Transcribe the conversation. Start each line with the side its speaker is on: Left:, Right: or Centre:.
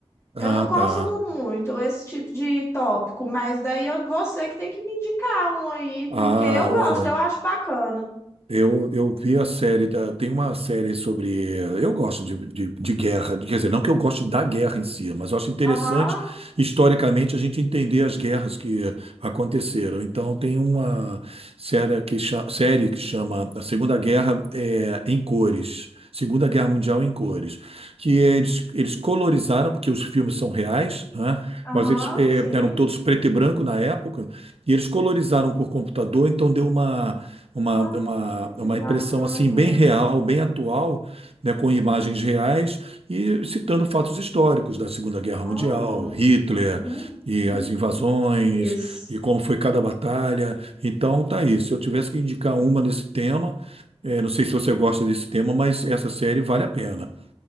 Right: Ah,
Left: Eu não consumo
Right: tá.
Left: muito esse tipo de tópico, mas daí é você que tem que me indicar um aí,
Right: Ah,
Left: porque eu gosto,
Right: olha.
Left: eu acho bacana.
Right: Eu, eu vi a série, da- tem uma série sobre. eh, Eu gosto de, de, de guerra, quer dizer, não que eu goste da guerra em si, mas eu acho interessante
Left: Aham,
Right: historicamente a gente entender as guerras que aconteceram. Então, tem uma série que, cha- série que chama A Segunda Guerra eh, em Cores. Segunda Guerra Mundial em Cores que eles, eles colorizaram, porque os filmes são reais, né?
Left: aham,
Right: Mas eles eh,
Left: sim.
Right: eram todos preto e branco na época, e eles colorizaram por computador, então deu uma, uma,
Left: Ai,
Right: uma,
Left: que
Right: uma
Left: bacana.
Right: impressão assim bem real, bem atual, né? Com imagens reais e citando fatos históricos da Segunda Guerra
Left: Olha,
Right: Mundial, Hitler
Left: gu-
Right: e
Left: gu-
Right: as invasões
Left: cores.
Right: e como foi cada batalha. Então tá aí. Se eu tivesse que indicar uma nesse tema, eh, não sei se você gosta desse tema, mas essa série vale a pena.